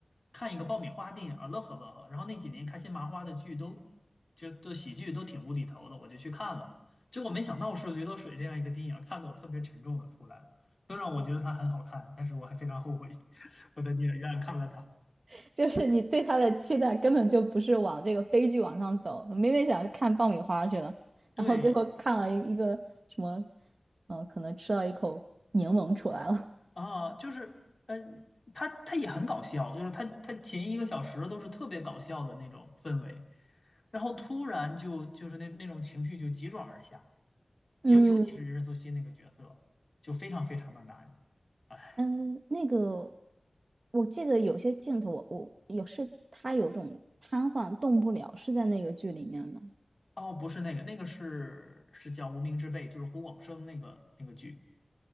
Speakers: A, on the left (about 50°); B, on the right (about 75°).
A: 看一个爆米花电影儿乐呵乐呵，然后那几年开心麻花的剧都就都喜剧都挺无厘头的，我就去看了，结果没想到是《驴得水》这样一个电影儿看得我特别沉重的出来了。虽然我觉得它很好看，但是我还非常后悔 <laughs> 我在电影院看了它。
B: <laughs> 就是你对他的期待根本就不是往这个悲剧往上走，明明想看爆米花去了，
A: 对
B: 然后最后看了一一个什么，嗯、可能吃了一口柠檬出来了。
A: 啊，就是呃，它它也很搞笑，就是它它前一个小时都是特别搞笑的那种氛围。然后突然就就是那那种情绪就急转而下，尤尤其是任素汐那个角色就非常非常的难。
B: <laughs> 嗯。
A: 哎，
B: 嗯，那个，我记得有些镜头我，我有是他有种瘫痪动不了，是在那个剧里面吗？
A: 哦，不是那个，那个是是叫《无名之辈》，就是胡广生那个那个剧